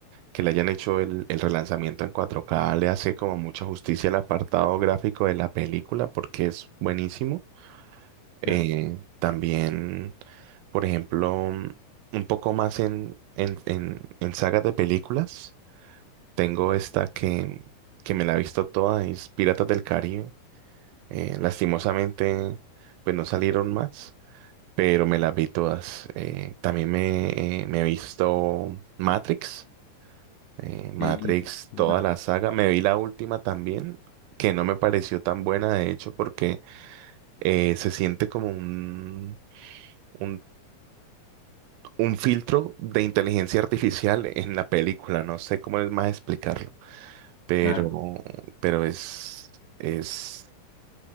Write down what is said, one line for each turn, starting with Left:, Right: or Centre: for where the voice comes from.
Right: que le hayan hecho el, el relanzamiento en cuatro k Le hace como mucha justicia al apartado gráfico de la película porque es buenísimo. Eh,
Left: Claro.
Right: también, por ejemplo, mm, un poco más en, en, en, en sagas de películas, tengo esta que, que me la he visto toda, es Piratas del Caribe. Eh, lastimosamente, pues no salieron más, pero me las vi todas. Eh, también me, eh, me he visto Matrix, eh, Matrix,
Left: Sí, bueno,
Right: toda la saga. Me vi la última también, que no me pareció tan buena, de hecho, porque eh, se siente como un un un filtro de inteligencia artificial en la película. No sé cómo es más explicarlo, pero,
Left: claro.
Right: pero es, es,